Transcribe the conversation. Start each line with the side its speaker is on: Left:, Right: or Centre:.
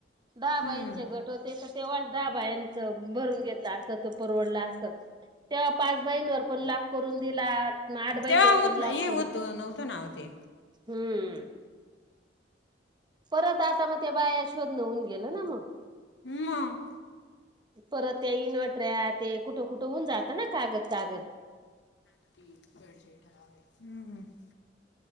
Right: दहा बाईंचे
Left: हम्म.
Right: गट होते. त्याच तेव्हाच दहा बायांच भरून घेतल असत तर परवडल असत. तेव्हा पाच बायांंवर पण लाभ करून दिला आठ बाईंवर
Left: तेव्हा होत
Right: पण लाभ
Left: ना हे
Right: करून
Left: होत ना वो ते.
Right: हम्म. परत आता मग त्या बाया शोधन होऊन गेल ना मग.
Left: मग
Right: परत त्या इन्व्हर्टऱ्या ते कुठ कुठ होऊन जात ना कागद कागद.
Left: हम्म हम्म